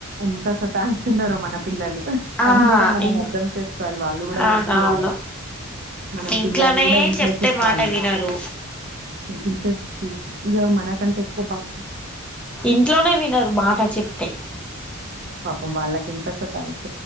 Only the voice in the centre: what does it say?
ఆ
ఇన్
అవునవును
ఇంట్లోనే
చెప్తే
మాట వినరు
ఇంట్లోనె వినరు మాట చెప్తే